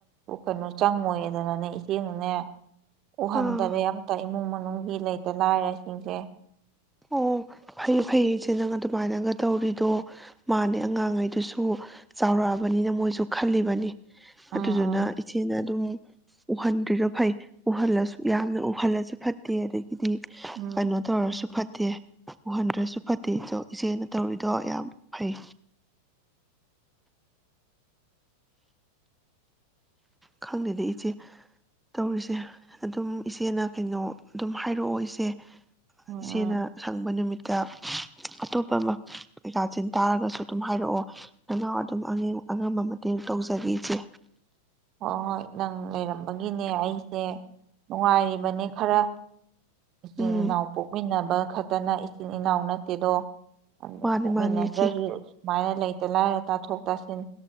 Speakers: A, on the right; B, in the centre.
A: ꯀꯩꯅꯣ ꯆꯪꯉꯣꯏꯌ‌ꯦꯗꯅꯅꯦ ꯏꯆꯦꯅꯅꯦ ꯎꯍꯟꯗꯔ‌ꯦ
B: ꯑꯥ
A: ꯑꯝꯇ ꯏꯃꯨꯡ ꯃꯅꯨꯡꯒꯤ ꯂꯩꯇ ꯂꯥꯏꯔꯁꯤꯡꯁꯦ
B: ꯑꯣ ꯐꯩꯌꯦ ꯐꯩꯌꯦ ꯏꯆꯦ ꯅꯪ ꯑꯗꯨꯃꯥꯏꯅꯒ ꯇꯧꯔꯤꯗꯣ ꯃꯥꯅꯦ ꯑꯉꯥꯡꯉꯩꯗꯨꯁꯨ ꯆꯥꯎꯔꯛꯑꯕꯅꯤꯅ ꯃꯣꯏꯁꯨ ꯈꯜꯂꯤꯕꯅꯤ
A: ꯎꯝ
B: ꯑꯗꯨꯗꯨꯅ
A: ꯎꯝ
B: ꯏꯆꯅ ꯑꯗꯨꯝ ꯎꯍꯟꯗ꯭ꯔꯤꯗ‌ꯣ ꯐꯩ ꯎꯍꯜꯂꯁꯨ ꯌꯥꯝꯅ ꯎꯍꯜꯂꯁꯨ ꯐꯠꯇꯦ ꯑꯗꯒꯤ ꯍꯥꯏꯗꯤ
A: ꯎꯝ
B: ꯀꯩꯅꯣ ꯇꯧꯔꯁꯨ ꯐꯠꯇꯦ ꯐꯠꯇꯦ ꯎꯍꯟꯗ꯭ꯔꯁꯨ ꯐꯠꯇ‌ꯣ ꯏꯆꯦꯅ ꯇꯧꯔꯤꯗꯣ ꯌꯥꯝ ꯐꯩ ꯈꯪꯗꯦꯗ ꯏꯆꯦ ꯇꯧꯔꯤꯁꯦ ꯑꯗꯨꯝ ꯏꯆꯦꯅ ꯀꯩꯅꯣ ꯑꯗꯨꯝ ꯍꯥꯏꯔꯛꯑꯣ ꯏꯆꯦ
A: ꯎꯝ
B: ꯏꯆꯦꯅ
A: ꯎꯝ
B: ꯁꯪꯕ ꯅꯨꯃꯤꯠꯇ ꯑꯇꯣꯞꯄ ꯑꯃꯥ ꯄꯩꯀꯥ ꯆꯥꯟꯇꯥꯔꯒꯁꯨ ꯑꯗꯨꯝ ꯍꯥꯏꯔꯛꯑꯣ ꯅꯅꯥꯎ ꯑꯗꯨꯝ ꯑ ꯑꯉꯝꯕ ꯃꯇꯦꯡ ꯇꯧꯖꯒ‌ꯦ ꯏꯆꯦ
A: ꯍꯣꯏ ꯍꯣꯏ ꯅꯪ ꯂꯩꯔꯝꯕꯒꯤꯅꯦ ꯑꯩꯁꯦ ꯅꯨꯡꯉꯥꯏꯔꯤꯕꯅꯦ ꯈꯔ ꯏꯆꯤꯜ
B: ꯎꯝ
A: ꯏꯅꯥꯎ ꯄꯣꯛꯃꯤꯟꯅ ꯕ ꯈꯛꯇꯅ ꯏꯆꯤꯟ ꯏꯅꯥꯎ ꯅꯠꯇꯦꯗꯣ ꯑꯗꯨ
B: ꯃꯥꯅꯤ
A: ꯄꯣꯛꯃꯤꯟꯅꯗ꯭ꯔꯁꯨ
B: ꯃꯥꯅꯤ ꯏꯆꯦ
A: ꯁꯨꯃꯥꯏꯅ ꯂꯩꯇ ꯂꯥꯏꯔ ꯇꯥꯊꯣꯛ ꯇꯥꯁꯤꯟ